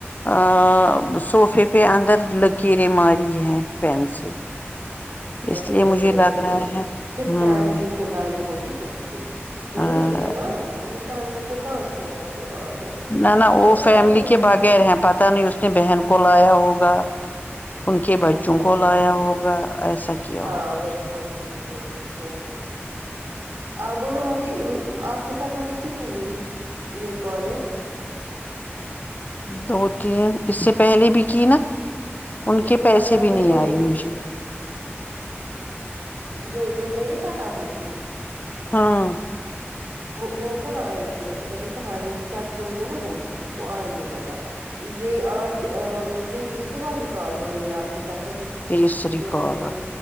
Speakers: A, on the left; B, on the right.
A: آں سوفے پہ اندر لکیریں ماری ہیں پین سے اس
B: وہی
A: لیے
B: میں
A: مجھے
B: بول
A: لگ
B: رہی ہوں
A: رہا
B: نا
A: ہے
B: پھر
A: ہوں
B: فیملی اس نے لائی ہوگی وہیں پہ ضروری
A: ہاں
B: ہے نا فیملی کو کہاں چھوڑتا پھر وہاں پہ
A: نہ نہ وہ
B: اس نے
A: فیملی کے
B: کو
A: بغیر ہیں پتہ نہیں اس نے بہن کو لایا ہوگا ان کے بچوں
B: اچھا اچھا
A: کو لایا ہوگا ایسا کیا
B: ہاں
A: ہوگا
B: وہی
A: اس نے
B: وہی وہی وہی وہی آ بولو مجھے آپ کے ساتھ مجھے کتنی ہوئی یہ کال ہے
A: دو تین اس سے پہلے بھی کی نا ان
B: اس
A: کے
B: سے
A: پیسے
B: پہلے ہم
A: بھی
B: نے
A: نہیں
B: دو
A: آئے مجھے
B: جو جو میرے ساتھ آپ نے کی
A: ہاں
B: وہ وہ کہاں آئے گی اب ابھی کہاں آئے گی اب چیک ہوں گے نا وہ وہ آئیں گے مگر یہ آج یہ تیسری والی کال ہے میری آپ کے ساتھ ابھی
A: تیسری
B: جو
A: کال
B: ہم نے